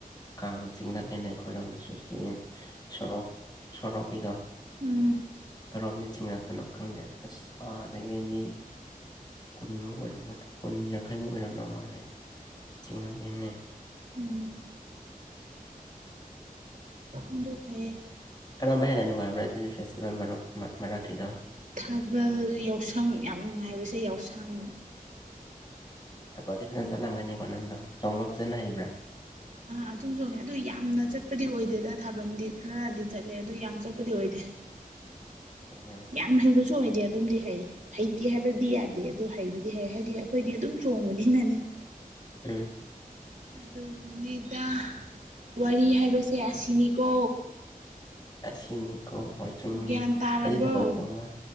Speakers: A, on the left; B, on the right.
A: ꯀꯥꯡ ꯆꯤꯡꯂꯛꯑꯦꯅ ꯑꯩꯈꯣꯏꯔꯣꯝꯗꯁꯨ ꯁꯤ ꯁꯣꯔꯣꯛ ꯁꯣꯔꯣꯛꯀꯤꯗꯣ
B: ꯑꯥ
A: ꯀꯔꯣꯝꯅꯤ ꯆꯤꯡꯉꯛꯄꯅꯣ ꯈꯪꯗꯦ ꯑꯁ ꯑꯥꯗꯒꯤ ꯃꯤ ꯀꯨꯟꯃꯨꯛ ꯑꯣꯏꯔꯝꯒꯗ ꯀꯨꯟ ꯌꯥꯡꯈꯩꯃꯨꯛ ꯑꯣꯏꯔꯝꯗꯧ ꯃꯥꯜꯂꯦ ꯆꯤꯡꯉꯛꯑꯦꯅꯦ
B: ꯎꯝ ꯑꯗꯣ ꯐꯩꯌꯦ
A: ꯀꯔꯝꯕ ꯍꯦꯟꯅ ꯅꯨꯡꯉꯥꯏꯕ꯭ꯔꯥ ꯑꯗꯨꯗꯤ ꯐꯦꯁꯇꯤꯚꯦꯜ ꯃꯔꯨꯞ ꯃꯔꯛꯀꯤꯗꯣ
B: ꯊꯥꯕꯜ ꯌꯥꯎꯁꯪ ꯌꯥꯝ ꯅꯨꯡꯉꯥꯏꯕꯁꯦ ꯌꯥꯎꯁꯪ
A: ꯊꯕꯜꯗꯤ ꯐꯖꯅ ꯆꯠꯂꯝꯒꯅꯤꯀꯣ ꯅꯪꯗꯣ ꯆꯣꯡꯕ ꯐꯖꯅ ꯍꯩꯕ꯭ꯔꯥ
B: ꯑꯥ ꯑꯗꯨꯝ ꯆꯣꯡꯉꯦ ꯑꯗꯨ ꯌꯥꯝꯅ ꯆꯠꯄꯗꯤ ꯑꯣꯏꯗꯦꯗ ꯊꯥꯕꯟꯗꯤ ꯈꯔꯗꯤ ꯆꯠꯂꯦ ꯑꯗꯨ ꯌꯥꯝ ꯆꯠꯄꯗꯤ ꯑꯣꯏꯗꯦ
A: <inaudible> ꯎꯝ
B: ꯌꯥꯝ ꯍꯩꯕꯁꯨ ꯑꯣꯢꯗꯦ ꯑꯗꯨꯝꯗꯤ ꯍꯩ ꯍꯩꯇꯦ ꯍꯥꯏꯕꯗꯤ ꯌꯥꯗꯦ ꯑꯗꯨ ꯍꯩꯕꯗꯤ ꯍꯩ ꯍꯥꯏꯗꯤ ꯑꯩꯈꯣꯏꯗꯤ ꯑꯗꯨꯝ ꯆꯣꯡꯕꯅꯤꯅꯅꯦ
A: ꯎꯝ
B: ꯑꯗꯨꯅꯤꯗꯥ ꯋꯥꯔꯤ ꯍꯥꯏꯕꯁꯦ ꯑꯁꯤꯅꯤꯀꯣ
A: ꯑꯁꯤꯅꯤ ꯀꯣ ꯍꯣꯏ ꯆꯃꯤꯅꯦ
B: ꯒ꯭ꯌꯥꯟ ꯇꯥꯔꯕ꯭ꯔꯣ
A: ꯑꯩꯗꯤ ꯊꯥꯕꯜ ꯆꯣꯡꯕ